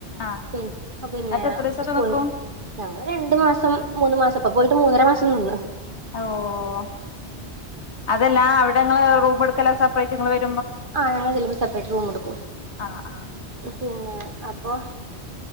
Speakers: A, on the left; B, on the right.
A: ആഹ്
B: ഉം. ആഹ് പിന്നെ
A: എന്നിട്ട് എത്ര ദിവസൊക്കെ
B: സ്കൂളിന്ന്.
A: നിക്കും
B: ഞങ്ങള് രണ്ട് മാസം പ്പൊ മൂന്നു മാസം. ഇപ്പൊ പോയിട്ട് മൂന്നര മാസം നിന്ന്
A: ഓഹ് അതല്ല അവിടെങ്ങള് റൂമ്ട്ക്കല സബ് <unintelligible>
B: ആഹ് ഞങ്ങള് ചെല്ലുമ്പോ സപ്രൈറ്റ് റൂമ്ടുക്കും
A: ആഹ് ആഹ്
B: ഉം. പിന്നേ അപ്പൊ